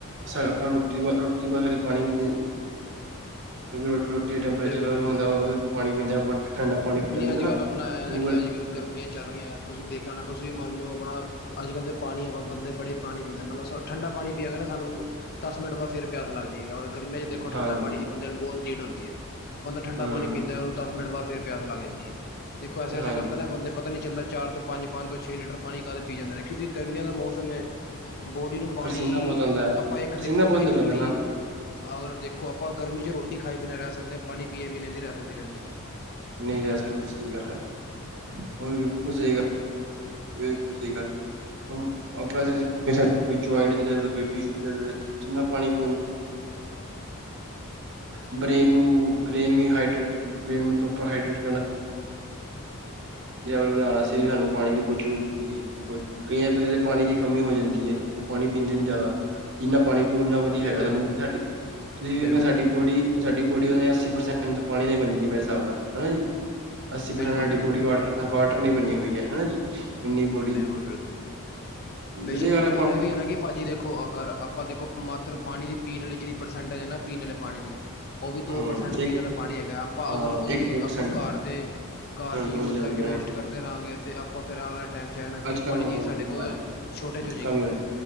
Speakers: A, on the right; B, on the left.
A: ਆਪਾ ਰੋਟੀ ਰੋਟੀ ਬਾਦ ਹੀ ਪਾਣੀ- <unintelligible> ਕਿ ਰੋਟੀ ਦਾ ਟੈਂਪਰੇਚਰ
B: ਬਿਲਕੁਲ ਬਿਲਕੁਲ
A: ਹੁੰਦਾ ਪਾਣੀ ਪੀਂਦੇ ਆਪਾਂ ਠੰਡਾ ਪਾਣੀ ਪੀ ਲੈਂਦੇ
B: ਅੱਜ
A: ਨੇ ਨਾ
B: ਕੱਲ ਆਪਣਾ ਨਾ
A: ਉਹ
B: ਕਿ ਅੱਜ ਕੱਲ ਗਰਮੀਆਂ ਚੱਲ ਰਹੀਆਂ ਤੁਸੀਂ ਦੇਖਿਆ ਨਾ ਤੁਸੀਂ ਮੰਨ ਲਓ ਆਪਣਾ- ਅੱਜ ਕੱਲ ਦੇ ਪਾਣੀ ਹਵਾ ਬੰਦੇ ਬੜੇ ਪਾਣੀ ਪੀਂਦਾ ਮਤਲਬ ਠੰਡਾ ਪਾਣੀ ਪੀਵਾਂਗੇ ਨਾ ਸਾਨੂੰ- ਦਸ ਮਿੰਟ ਬਾਅਦ ਪਿਆਸ ਲਗਦੀ ਗਰਮੀਆਂ 'ਚ ਦੇਖੋ
A: ਹਾਂਜੀ
B: ਠੰਡਾ ਪਾਣੀ ਦੀ ਬੰਦਿਆਂ ਨੂੰ ਬਹੁਤ ਹੀਟ ਹੁੰਦੀ ਹੈ। ਬੰਦਾ ਠੰਡਾ
A: ਹੂੰ,
B: ਪਾਣੀ ਪੀਂਦਿਆਂ ਨੂੰ ਦਸ ਮਿੰਟ ਬਾਅਦ ਫਿਰ ਪਿਆਸ ਲੱਗ ਜਾਦੀ ਹੈ। ਦੇਖੋ ਐਸੇ- ਐਸੇ
A: ਹਾਂਜੀ
B: ਕਰਦੇ ਨਾ ਬੰਦੇ ਪਤਾ ਨੀ ਚੱਲਦਾ ਚਾਰ ਤੋਂ- ਪੰਜ ਪੰਜ ਤੋਂ ਛੇ ਲੀਟਰ ਪਾਣੀ ਕਾਹਦੇ ਪੀ ਜਾਦੇ ਨੇ ਕਿਉਂਕਿ ਗਰਮੀਆਂ ਦਾ ਮੌਸਮ ਹੈ। ਬੋਡੀ ਨੂੰ- ਪਾਣੀ
A: ਪਸੀਨਾ ਬਹੁਤ ਆਂਦਾ।
B: ਆਪਾਂ ਇਕ ਦੇਖੋ
A: ਪਸੀਨਾ ਬਹੁਤ
B: ਇਕ
A: ਨਿਕਲਦਾ
B: ਜਿਹੜੀ-
A: ਨਾ
B: ਅਗਰ ਦੇਖੋ ਆਪਾਂ ਗਰਮੀ 'ਚ ਰੋਟੀ ਖਾਈ ਬਿਨਾਂ ਰਹਿ ਸਕਦੇ ਹਾਂ ਪਾਣੀ ਪੀਏ ਬਿਨਾ ਨੀ ਰਹਿ ਸਕਦੇ ਗਰਮੀ 'ਚ-
A: ਨਹੀ ਰਹਿ ਸਕਦੇ ਸਹੀ ਗੱਲ ਹੈ। ਹੋਰ ਬਿਲਕੁਲ ਸਹੀ ਗੱਲ ਹੈ। ਬਿਲਕੁਲ ਸਹੀ ਗੱਲ ਹੈ। <unintelligible> <unintelligible> ਜਿੰਨਾ ਪਾਣੀ <unintelligible> ਬ੍ਰਰੇਨ ਨੂੰ ਬਰੇਨ ਵੀ ਹਾਈਡਰੇਟ- ਟ ਕਰਨਾ ਆਪਲ <unintelligible> ਵਧਾਣਾ ਸੀ ਸਾਨੂੰ ਪਾਣੀ ਦੀ ਜਰੂਰਤ ਹੁੰਦੀ ਹੈ। ਕਈ ਬੰਦੇ ਦੇ ਪਾਣੀ ਦੀ ਕਮੀ ਹੋ ਜਾਂਦੀ ਹੈ। ਉਹ ਪਾਣੀ ਪੀਂਦੇ ਨਹੀ ਜਿਆਦਾ- ਜਿਨਾ ਪਾਣੀ ਪੀਓ ਓਨਾ ਵਧੀਆ
B: ਬਿਲਕੁਲ
A: ਹੈਗਾ ਸਾਨੂੰ,
B: ਬਿਲਕੁਲ
A: ਸਾਡੀ, ਤੁਸੀ
B: ਬਿਲਕੁਲ
A: ਵੇਖ ਸਾਡੀ ਬੋਡੀ- ਸਾਡੀ ਬੋਡੀ ਉਹ ਅੱਸੀ ਪ੍ਰਸੈਂਟ ਪਾਣੀ ਨਾਲ ਬਨੀ ਮੇਰੇ ਹਿਸਾਬ ਨਾਲ, ਹਨਾ ਜੀ- ਅੱਸੀ ਪ੍ਸੈਨਟ
B: ਬਿਲਕੁਲ
A: ਸਾਡੀ
B: ਬਿਲਕੁਲ
A: ਬੋਡੀ, ਵਾਟਰ ਨਾਲ ਬਣੀਨੀ ਹੋਈ ਹੈ। ਹਨਾ ਜੀ- ਇੰਨੀ ਬੋਡੀ
B: ਬਿਲਕੁਲ- ਬਿਲਕੁਲ, ਬੇਸ਼ੱਕ,
A: ਵਧੀਆ ਗੱਲ ਆਪਾਂ
B: ਉਹ ਵੀ ਹੈ ਨਾ ਕਿ ਭਾਜੀ ਦੇ- ਖੋ, ਅਗਰ ਆਪਾ ਦੇਖੋ ਮਾਤਰ ਪਾਣੀ ਦੀ ਪੀਣੀ ਜਿਹੜੀ ਪ੍ਰਸੈਂਟਜ ਹੈ ਨਾ, ਪੀਣ ਵਾਲੇ ਪਾਣੀ ਦੀ- ਉਹ ਵੀ
A: ਹੂੰ
B: ਦੋ ਪ੍ਰਸੈਂਟ ਪੀਣ
A: ਇੱਕ
B: ਵਾਲਾ ਪਾਣੀ ਹੈਗਾ, ਆਪਾਂ
A: ਹਾਂ
B: ਅਗਰ ਉਹੀ,
A: ਇੱਕ ਦੋ ਪਰਸੈਂਟ
B: ਆਪਾਂ ਘਰ ਦੇ- ਘਰ 'ਚ ਯੂਜ
A: ਡੋਲਦੇ
B: ਕਰਕੇ
A: ਹੁੰਦੇ
B: ਵੇਸਟ
A: ਆ।
B: ਕਰਦੇ ਰਹਾਂਗੇ, ਤੇ ਆਪਾ ਫਿਰ ਆਉਣ ਵਾਲੇ ਟਾਈਮ- 'ਚ ਹੈ ਨਾ ਕਿ
A: ਅਜ ਕਲ
B: ਪਾਣੀ
A: ਕਮੀ,
B: ਦੀ ਸਾਡੇ ਕੋਲ
A: ਅੱਜ
B: ਸ਼ੋਰਟੇਜ ਹੋ ਜਾਏਗੀ
A: ਕੱਲ ਵਾਲੀ,